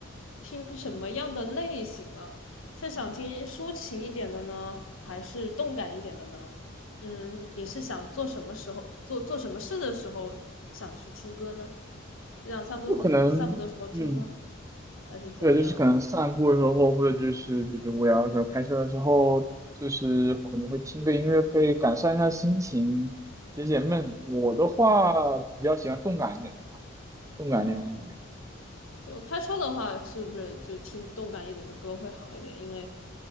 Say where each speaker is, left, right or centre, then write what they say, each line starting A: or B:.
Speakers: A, on the left; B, on the right.
A: 听什么样的类型了，是想听抒情一点的呢，还是动感一点的呢？嗯，你是想做什么时候做做什么事的时候想去听歌呢？就想散步散步的时候听吗？
B: 就可能，嗯。
A: 还是怎么样？
B: 对，就是可能散步的时候，或者就是就是无聊的时候，开车的时候，就是可能会听个音乐会，改善一下心情，解解闷。我的话比较喜欢动感一点的吧，动感一点的音乐。
A: 嗯，就开车的话，是不是就听动感一点的歌会好一点？因为